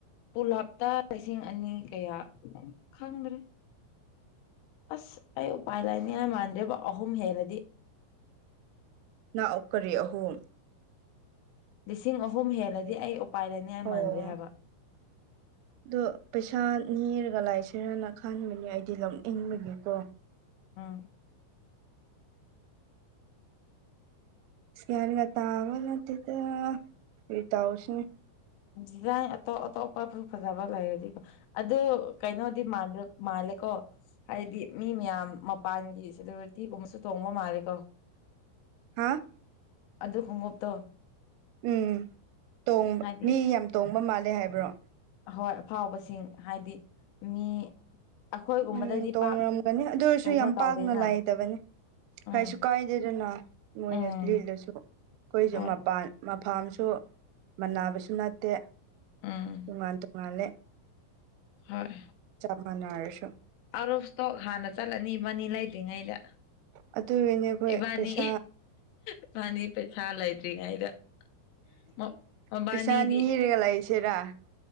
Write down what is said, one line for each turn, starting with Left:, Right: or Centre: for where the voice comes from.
Left: ꯄꯨꯂꯥꯞꯇ ꯂꯤꯁꯤꯡ ꯑꯅꯤ ꯀꯌꯥ ꯈꯪꯗ꯭ꯔꯦ ꯑꯁ ꯑꯩ ꯎꯄꯥꯏ ꯂꯩꯥꯅꯤꯡꯉꯥꯏ ꯃꯥꯟꯗꯦꯕꯣ ꯑꯍꯨꯝ ꯍꯦꯜꯂꯗꯤ
Right: ꯅꯑꯣ ꯀꯔꯤ ꯑꯍꯨꯝ
Left: ꯂꯤꯁꯤꯡ ꯑꯍꯨꯝ ꯍꯦꯜꯂꯗꯤ ꯑꯩ ꯎꯄꯥꯏ ꯂꯩꯅꯤꯡꯉꯥꯏ
Right: ꯑꯣ
Left: ꯃꯥꯟꯗꯔ꯭ꯦ ꯍꯥꯏꯕ
Right: ꯑꯗꯣ ꯄꯩꯁꯥ ꯅꯤꯔꯒ ꯂꯩꯁꯤꯔꯅ ꯈꯟꯕꯅꯦ ꯑꯩꯗꯤ ꯂꯧꯅꯤꯡꯕꯒꯤꯀꯣ
Left: ꯎꯝ
Right: ꯏꯁ ꯒꯌꯥꯟꯒ ꯇꯥꯕ ꯅꯠꯇꯗ ꯀꯔꯤ ꯇꯎꯁꯤꯅꯦ
Left: ꯗꯤꯖꯥꯏꯟ ꯑꯇꯣꯞ ꯑꯇꯣꯞꯄꯁꯨ ꯐꯖꯕ ꯂꯩꯔꯗꯤꯀꯣ ꯑꯗꯨ ꯀꯩꯅꯣꯗꯤ ꯃꯥꯟꯗ꯭ꯔ ꯃꯥꯂꯦꯀꯣ ꯍꯥꯏꯗꯤ ꯃꯤ ꯃꯌꯥꯝ ꯃꯄꯥꯟꯒꯤ ꯁꯦꯂꯕꯔꯤꯇꯤꯒꯨꯝꯕꯁꯨ ꯇꯣꯡꯕ ꯃꯥꯂꯦꯀꯣ
Right: ꯍꯥꯥ
Left: ꯑꯗꯨ ꯈꯣꯡꯎꯞꯇꯣ
Right: ꯎꯝ ꯇꯣꯡꯕ
Left: ꯍꯥꯏꯗꯤ
Right: ꯃꯤ ꯌꯥꯝ ꯇꯣꯡꯕ ꯃꯥꯜꯂꯦ ꯍꯥꯏꯕ꯭ꯔꯣ
Left: ꯑꯍꯣꯏ ꯑꯐꯥꯎꯕꯁꯤꯡ ꯍꯥꯏꯗꯤ ꯃꯤ ꯑꯩꯈꯣꯏꯒꯨꯝꯕꯗꯗꯤ
Right: ꯎꯝ ꯇꯣꯡꯉꯔꯝꯒꯅꯤ
Left: ꯄꯥꯛ
Right: ꯑꯗꯨ ꯑꯣꯏꯔꯁꯨ
Left: ꯀꯩꯅꯣ
Right: ꯌꯥꯝ
Left: ꯇꯧꯗꯦꯅ
Right: ꯄꯥꯛꯅ ꯂꯥꯏꯗꯕꯅꯤ
Left: ꯎꯝ
Right: ꯀꯩꯁꯨ ꯀꯥꯏꯗꯦꯗꯅ ꯃꯣꯏꯅ
Left: ꯎꯝ
Right: ꯂꯤꯠꯂꯁꯨ ꯑꯩꯈꯣꯏꯁꯨ
Left: ꯍꯣꯏ
Right: ꯃꯄꯥꯟ ꯃꯐꯥꯝꯁꯨ ꯃꯟꯅꯕꯁꯨ ꯅꯠꯇꯦ
Left: ꯎꯝ
Right: ꯇꯣꯉꯥꯟ ꯇꯣꯉꯥꯜꯂꯦ꯫
Left: ꯍꯣꯏ
Right: ꯆꯥꯞ ꯃꯥꯟꯅꯔꯁꯣ ꯫
Left: ꯑꯥꯎꯠ ꯑꯣꯐ ꯏꯁꯇ꯭ꯣꯛ ꯍꯥꯟꯅ ꯆꯠꯂꯅꯤ ꯏꯕꯥꯅꯤ ꯂꯩꯗ꯭ꯔꯤꯉꯩꯗ꯫
Right: ꯑꯗꯨꯒꯤꯅꯤ ꯑꯩꯈꯣꯏ
Left: ꯏꯕꯥꯅꯤ
Right: ꯄꯩꯁꯥ
Left: ꯏꯕꯥꯅꯤ ꯄꯩꯁꯥ ꯂꯩꯇ꯭ꯔꯤꯉꯩꯗ꯫ ꯃ- ꯃꯕꯥꯅꯤꯗꯤ
Right: ꯄꯩꯁꯥ ꯅꯤꯔꯒ ꯂꯩꯥꯁꯤꯔꯥ ꯫